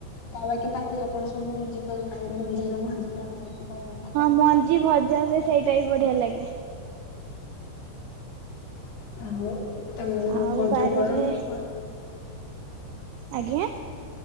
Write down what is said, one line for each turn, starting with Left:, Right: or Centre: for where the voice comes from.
Left: ତା ବାକି ପାଚିଲା ପଣସ ମଞି ତକା ମଞ୍ଜିଅ <unintelligible>
Right: ହଁ ମଞ୍ଜି ଭଜା ହୁଏ ସେଇଟା ବି ବଢିଆ ଲାଗେ।
Left: ମୁଁ ତେମେ କଣ
Right: ଆଉ
Left: କହିଚ
Right: ବାରିରେ
Left: ପର ମୁଁ
Right: ଆଜ୍ଞା।